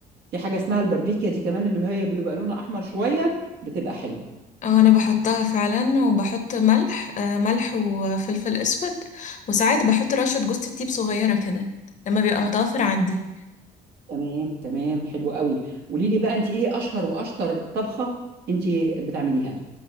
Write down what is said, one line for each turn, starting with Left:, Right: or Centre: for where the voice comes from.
Right: في حاجه اسمها الباربيكيا دي كمان اللي هي بيبقى لونها احمر شويه بتبقى حلوه
Left: أو انا بحطها فعلا وبحط ملح آه، ملح وفلفل اسود وساعات بحط رشة جوز الطيب صغيرة كده لما بيبقى متوفر عندي
Right: تمام تمام حلو قوي قولي لي بقى انت ايه اشهر واشطر طبخه انت بتعمليها